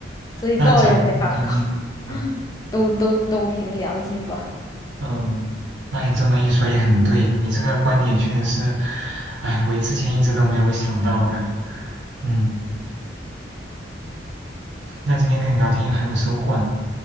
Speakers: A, on the left; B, on the right.
A: 所以告也没法告，
B: 那假如嗯嗯
A: <laughs> 都都都凭良心吧。
B: 嗯，那你这么一说也很对啊，你这个观点确实是，哎，我之前一直都没有想到的。嗯，那今天跟你聊天也很有收获呢。